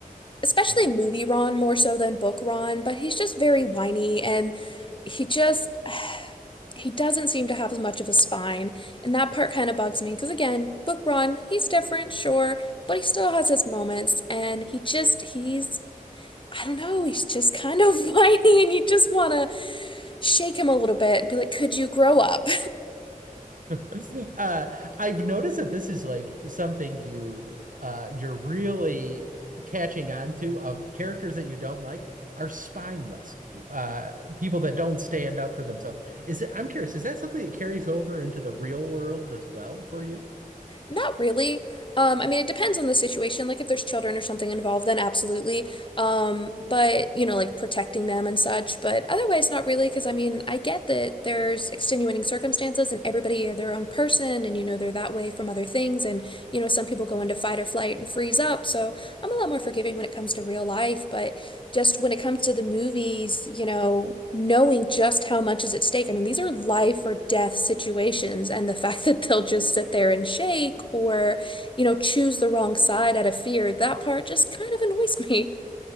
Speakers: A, on the left; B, on the right.
A: especially
B: Mm.
A: movie Ron more so than book Ron, but he's just very whiny and he just <sighs> he doesn't seem to have as much of a spine. And that part kind of bugs me because again, book Ron, he's different, sure, but he still has his moments and he just he's I don't know, he's just kind of <laughs> whiny and you just want to shake him a little bit and be like, "Could you grow up?"
B: <laughs> Uh, I've noticed that this is like something you uh, you're really catching on to of characters that you don't like are spineless uh, people that don't stand up for themselves. Is it, I'm curious, is that something that carries over into the real world as well for you?
A: Not really. Um, I mean, it depends on the situation. Like if there's children or something involved, then absolutely. Um, but you know, like protecting them and such. But otherwise, not really, because I mean, I get that there's extenuating circumstances and everybody are their own person, and you know, they're that way from other things. And you know, some people go into fight or flight and freeze up. So I'm a lot more forgiving when it comes to real life. But just when it comes to the movies, you know, knowing just how much is at stake. I mean, these are life or death situations, and the <laughs> fact that they'll just sit there and shake or, you know, choose the wrong side out of fear, that part just kind of annoys <laughs> me.